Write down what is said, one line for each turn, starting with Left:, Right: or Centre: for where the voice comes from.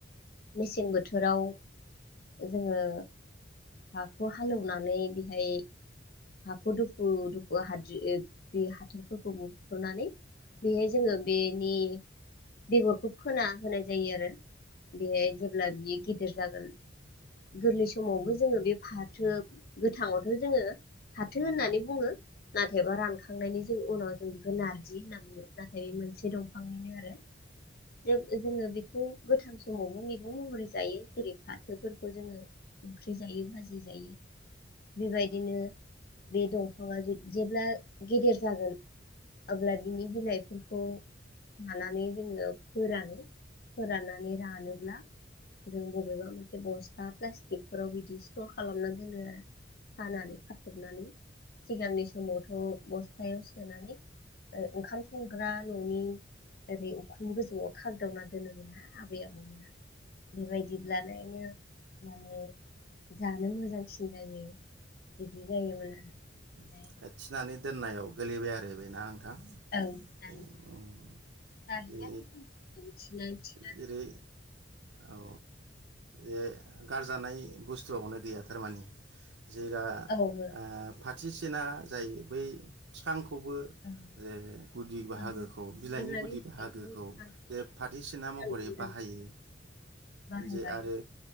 Left: मेसें बोथोराव जोङो हाखौ हालेवनानै बेहाय हाखौ दुफु दुफु हाद्रि बे हाथरफोरखौ बुख'नानै बेहाय जोङो बेनि बेगरखौ फोना होनाय जायो आरो बेहाय जेब्ला बियो गिदिर जागोन गोरलै समावबो जोङो बे फाथो गोथाङावथ' जोङो फाथो होन्नानै बुङो नाथायबा रानखांनायनि जों उनाव जों बेखौ नारजि होन्ना बुङो नाथाय बे मोनसे दंफांनिनो आरो ज जोङो बेखौ गोथां समावबो मैगं महरै जायो जेरै फाथोफोरखौ जोङो ख्रि जायो भाजि जायो बेबायदिनो बे दंफाङा जे-जेब्ला गेदेर जागोन अब्ला बिनि बिलाइफोरखौ लानानै जोङो फोरानो फोराननानै रानोब्ला जों बबेबा मोनसे बस्टा प्लास्टिक बेफोराव बिदि स्र' खालामना दोनो आरो खानानै खाथबनानै सिगांनि समावथ' बस्थायाव सोनानै ओ ओंखाम संग्रा न'नि ओरै उखुम गोजौवाव खागदावना दोनोमोन ना आबै आबौमोना बेबायदिब्लालायनो माने जानो मोजांसिन जायो बिदि जायोमोन आरो। ओमफ्राय
Right: ओ थिनानै दोननायाव गोलैबाय आरो बे नां थां
Left: ओं थिनानै
Right: उम उम
Left: नारजियाथ'
Right: जै
Left: जों थिनानै थिनानै
Right: जेरै औ ए गारजानाय बुस्थुआवनो गैया थारमानि। जिरा
Left: औ
Right: ओ फाथ थ्रिस थिना जायो बै फिफां खौबो
Left: ओं
Right: जे गुदि बाहागोखौ
Left: फांखा
Right: बिलाइनि
Left: जेब्ला
Right: गुदि
Left: बे बिलाइखौ
Right: बाहागोखौ
Left: खानानै
Right: जे फाथसिना महरै
Left: फोरानगोन
Right: बाहायो
Left: ओं
Right: ओ
Left: बाहायबाय
Right: जे आरो